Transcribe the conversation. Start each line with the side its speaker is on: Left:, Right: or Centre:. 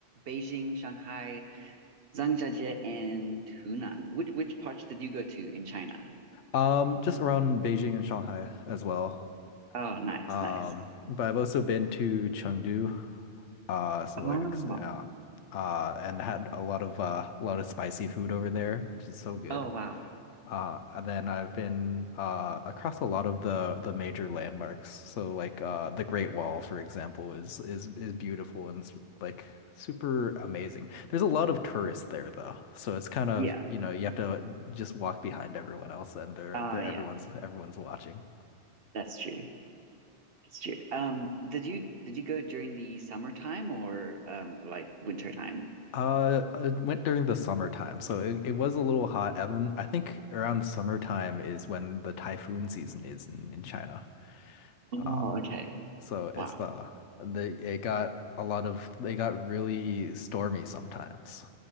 Right: Beijing, Shanghai, Zhangjiajie, and Hunan. Which which parts did you go to in China?
Left: um, just around Beijing and Shanghai as well.
Right: Oh, nice,
Left: Um,
Right: nice.
Left: but I've also been to Chengdu, uh, so
Right: Oh,
Left: like, uh, uh, and had a lot of uh, a lot of spicy food over there, which is so good.
Right: oh wow.
Left: Uh, and then I've been uh across a lot of the the major landmarks. So like uh the Great Wall, for example, is is is beautiful and it's like super amazing. There's a lot of tourists there though, so it's kind of
Right: Yeah.
Left: you know you have to just walk behind everyone else, and they're
Right: Oh,
Left: they're everyone's
Right: yeah.
Left: everyone's watching.
Right: That's true. That's true. Um, did you did you go during the summertime or um like winter time?
Left: Uh, it went during the summertime, so it, it was a little hot. Evan, I think around summertime is when the typhoon season is in, in China.
Right: Oh,
Left: Um,
Right: okay.
Left: so it's
Right: Wow.
Left: the the it got a lot of they got really stormy sometimes.